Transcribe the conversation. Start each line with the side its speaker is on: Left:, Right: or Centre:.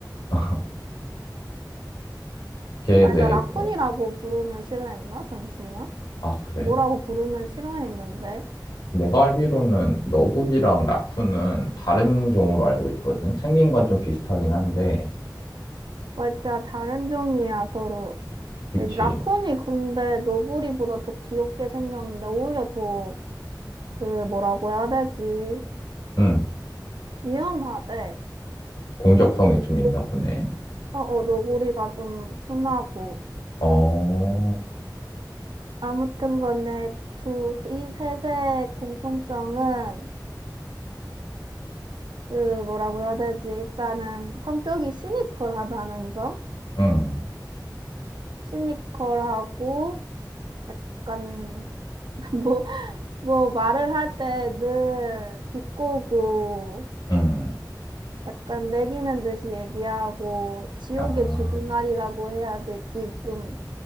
Left: <laughs> 걔에
Right: 아니,
Left: 대해서.
Right: 나 라쿤이라고 부르면 싫어했나? 잠시만.
Left: 아, 그래?
Right: 뭐라고 부르면 싫어했는데?
Left: 내가 알기로는 너구리랑 라쿤은 다른 종으로 알고 있거든. 생긴 건 좀 비슷하긴 한데.
Right: 맞아, 다른 종이야, 서로.
Left: 그치.
Right: 라쿤이 근데 너구리보다 더 귀엽게 생겼는데, 오히려 더, 그, 뭐라고 해야 되지?
Left: 응.
Right: 위험하대.
Left: 공격성이 좀
Right: 너,
Left: 있나 보네.
Right: 어, 어, 너구리가 좀 순하고.
Left: 어,
Right: 아무튼 간에, 그 두, 그이 셋의 공통점은, 그, 뭐라고 해야 되지? 일단은, 성격이 시니컬하다는 점?
Left: 응,
Right: 시니컬하고, 약간, <laughs> 뭐, 뭐, 말을 할 때 늘 비꼬고,
Left: 응.
Right: 약간 매기는 듯이 얘기하고 지옥의
Left: 아,
Right: 주둥아리라고 해야 되지 좀